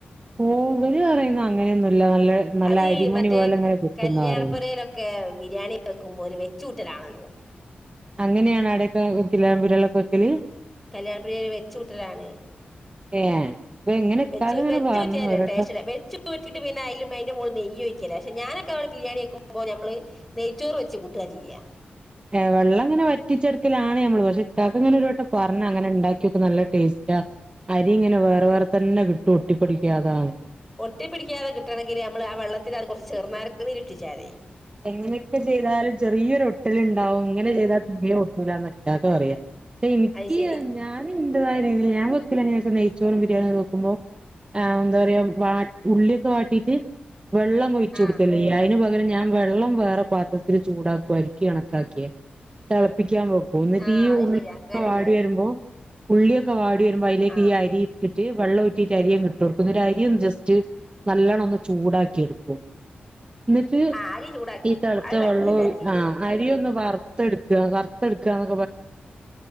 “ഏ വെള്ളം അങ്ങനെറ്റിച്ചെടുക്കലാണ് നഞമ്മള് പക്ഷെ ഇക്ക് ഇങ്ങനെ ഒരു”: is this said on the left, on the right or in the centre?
Right